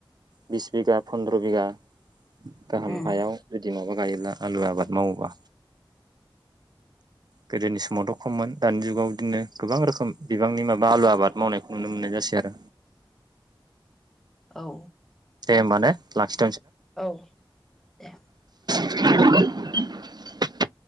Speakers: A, on the right (about 50°); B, in the centre.
A: बिस बिगा फन द्र' बिगा गाहाम
B: उम
A: हायाव <unintelligible> माव गायोब्ला आलु आबाद मावोबा गोदोनि सम खममोन दानि जुगाव बिदिनो गोबां रोखोम बिबांनि माबा आलु आबाद मावनायखौ नुनो मोननाय जासै आरो
B: औ
A: माने ला
B: औ दे
A: <inaudible>